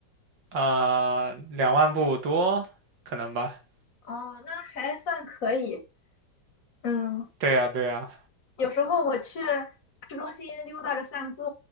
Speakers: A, on the right (about 80°); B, on the left (about 50°).
A: 呃，两万步多，可能吧。
B: 哦，那还算可以。嗯，
A: 对呀对呀，
B: 有时候我去市中心溜达着散步，